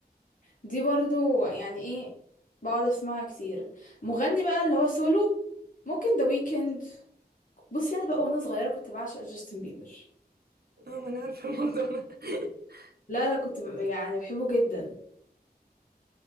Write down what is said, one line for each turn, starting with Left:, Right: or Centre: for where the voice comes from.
Left: دي برضو يعني ايه بقعد اسمعها كتير مغني بقى اللي هو سولو ممكن ذا ويكند بصي انا بقى وانا صغيره كنت بعشق جاستن بيبر
Right: اه ما انا عارفه الموضوع ده <laughs>
Left: لا لا كنت ب- يعني بحبه جدا